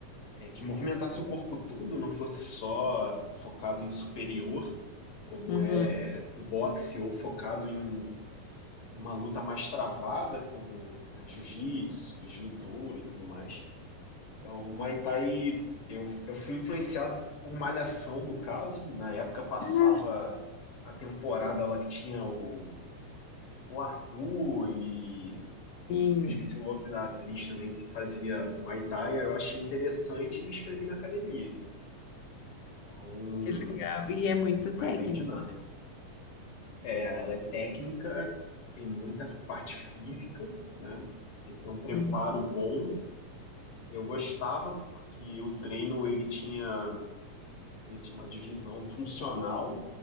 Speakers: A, on the left; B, on the left.
A: é, que movimentasse o corpo todo, não fosse só focado em superior, como
B: Uhum.
A: é o boxe, ou focado em uma luta mais travada, como né, jiu-jitsu, e judô e tudo mais. Então, o Muay Thai, eu, eu fui influenciado por Malhação, no caso. Na época passava
B: Ah,
A: a temporada lá que tinha o, o Arthur e
B: Sim,
A: eu esqueci o nome da atriz também que fazia Muay Thai. aí Eu achei interessante e me inscrevi na academia. Então,
B: que legal. E é muito
A: foi
B: técnica.
A: bem dinâmico. Ela é técnica, tem muita parte física, né? Tem que ter um preparo
B: Uhum.
A: bom. Eu gostava porque o treino ele tinha, ele tinha uma divisão funcional,